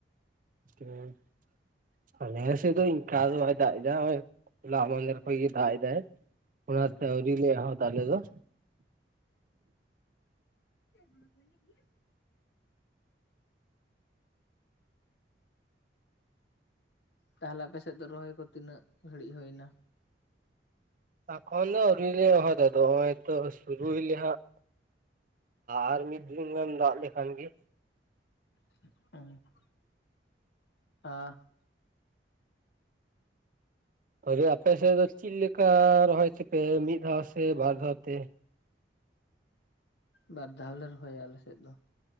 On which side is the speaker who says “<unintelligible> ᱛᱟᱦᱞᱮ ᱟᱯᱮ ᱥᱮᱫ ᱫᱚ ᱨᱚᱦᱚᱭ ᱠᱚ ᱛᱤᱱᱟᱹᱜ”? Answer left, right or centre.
Left